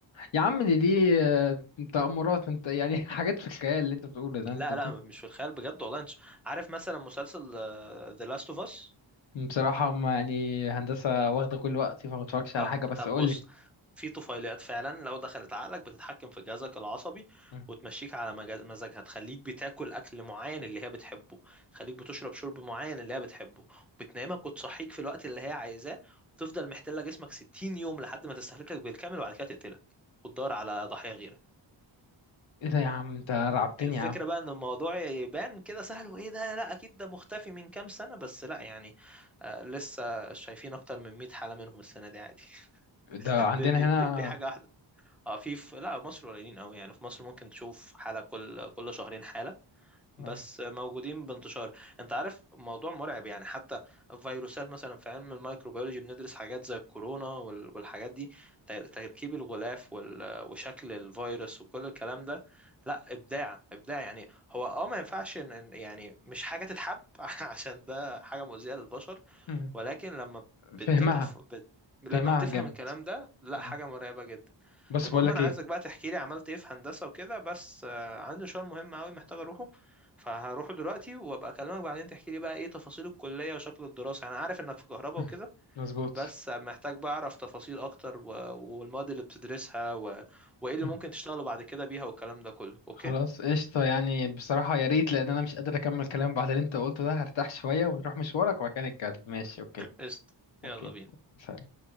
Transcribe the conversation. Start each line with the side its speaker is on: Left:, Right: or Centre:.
Left: يا عم دي دي آه، تأمرات انت يعني <laughs> حاجات في الخيال اللي انت بتقوله ده انت
Centre: لا
Left: بت-
Centre: لا مش في الخيال بجد والله انت عارف مثلا مسلسل آه، The Last of Us
Left: بصراحة هم يعني هندسة واخدة كل وقتي فما اتفرجش
Centre: اه
Left: على حاجة بس
Centre: طب
Left: قولي
Centre: بص في طفيليات فعلا لو دخلت عقلك بتتحكم في جهازك العصبي
Left: مم.
Centre: وتمشيك على مجاز- مزاجها تخليك بتاكل اكل معين اللي هي بتحبه تخليك بتشرب شرب معين اللي هي بتحبه بتنامك وتصحيك في الوقت اللي هي عايزاه وتفضل محتلة جسمك 60 يوم لحد ما تستهلكك بالكامل وبعد كده تقتلك وتدور على ضحية غيرك
Left: ايه ده يا عم انت رعبتني
Centre: الفكرة
Left: يا عم
Centre: بقى ان الموضوع يبان كده سهل وايه ده لا اكيد ده مختفي من كام سنة بس لا يعني آه لسه شايفين اكتر من 100 حالة منهم السنة دي عادي
Left: ده
Centre: <laughs>
Left: عندنا
Centre: دي, دي,
Left: هنا
Centre: دي, دي حاجة واحدة اه في في لا مصر قليلين قوي يعني في مصر ممكن تشوف حالة كل كل شهرين حالة بس
Left: آه،
Centre: موجودين بانتشار انت عارف موضوع مرعب يعني حتى فيروسات مثلا في علم الميكروبيولوجي بندرس حاجات زي الكورونا وال- والحاجات دي تر- تركيب الغلاف وال- وشكل الفيروس وكل الكلام ده لا ابداع ابداع يعني هو اه ما ينفعش ان ان- يعني مش حاجة تتحب <laughs> عشان ده حاجة مؤذية للبشر
Left: مم.
Centre: ولكن لما بتتف...
Left: فهمها
Centre: بت... لما
Left: فهمها
Centre: بتفهم
Left: جامد
Centre: الكلام ده لا
Left: مم.
Centre: حاجة مرعبة جدا
Left: بس
Centre: المهم
Left: بقول لك
Centre: انا
Left: ايه
Centre: عايزك بقى تحكي لي عملت ايه في هندسة وكده بس آه، عندي مشوار مهم قوي محتاج اروحه فهروح دلوقتي وابقى اكلمك بعدين تحكي لي بقى ايه تفاصيل الكلية وشكل الدراسة انا عارف انك في كهرباء
Left: مم.
Centre: وكده
Left: مظبوط
Centre: بس محتاج بقى اعرف تفاصيل اكتر و... والمواد اللي بتدرسها و... وايه اللي
Left: مم.
Centre: ممكن تشتغلوا بعد كده بيها والكلام ده كله اوكي
Left: خلاص قشطة يعني بصراحة يا ريت لأن أنا مش قادر أكمل كلام بعد اللي أنت قلته ده هرتاح شوية ونروح مشوارك وبعد كده نتكلم ماشي أوكي
Centre: قشطة يلا
Left: اوكي
Centre: بينا
Left: سلام.